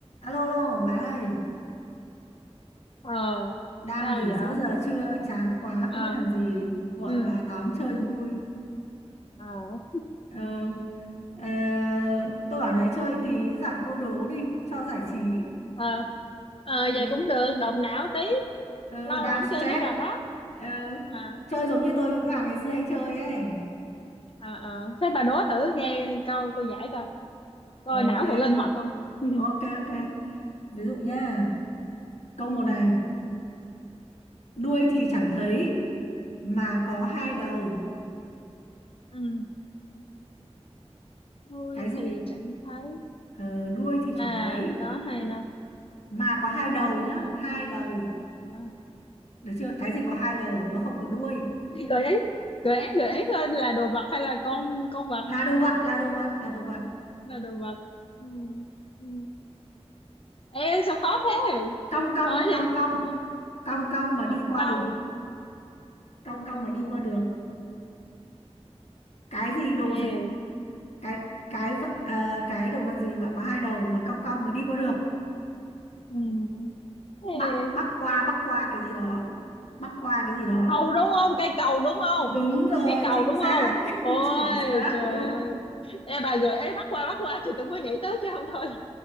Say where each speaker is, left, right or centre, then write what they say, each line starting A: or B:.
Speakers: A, on the left; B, on the left.
A: Alo, alo, bà ơi,
B: ờ
A: đang
B: sao
A: nghỉ
B: vậy
A: giữa giờ trưa, chán quá,
B: ờ
A: không biết làm gì, gọi
B: ừ
A: bà tám chơi
B: ừ
A: cho vui.
B: ờ
A: Ờ, ờ, tôi bảo này chơi tí giải câu đố đi, cho giải trí.
B: ờ ờ
A: Ờ,
B: vậy cũng được động não tí
A: ờ,
B: lâu
A: đang
B: rồi không
A: stress.
B: chơi mấy trò đó
A: Ờ,
B: ờ
A: chơi giống như tôi với bà ngày xưa hay chơi ấy.
B: ờ ờ thế bà đố thử nghe câu tôi giải coi coi
A: Ok,
B: não còn linh hoạt không <laughs>
A: ok, ok. Ví dụ nhá, câu một này, đuôi thì chẳng thấy, mà có hai đầu.
B: ừ tôi
A: Cái gì?
B: thì chẳng thấy
A: Ờ, đuôi thì
B: mà
A: chẳng thấy,
B: có hay đâu
A: mà có hai đầu nhá
B: mà
A: hai đầu
B: có
A: được chưa cái gì có
B: ờ.
A: hai đầu mà không có đuôi
B: gợi ý gợi ý gợi ý thôi là đồ vật hay là con con vật
A: là đồ vật là đồ vật là đồ vật
B: là đồ vật ừ. Ừ. ê sao khó thế
A: cong cong
B: thôi <laughs>
A: cong cong
B: thì
A: cong cong mà đi
B: không
A: qua
B: đâu
A: được cong
B: không
A: cong
B: không
A: mà đi
B: là
A: qua được cái gì đồ
B: ê
A: gì cái cái vật- ờ, cái đồ vật gì mà có hai đầu mà cong cong mà đi qua được
B: ừ. ê
A: bắc bắc qua bắc qua cái gì đó bắc qua cái gì đó
B: cầu đúng không cây cầu đúng không
A: đúng rồi
B: cây cầu
A: chính
B: đúng
A: xác
B: không ôi
A: <laughs> chính xác
B: trời
A: luôn
B: ơi ê bà gợi ấy bắt qua bắt qua thì tôi mới nghĩ tới chứ không thôi <laughs>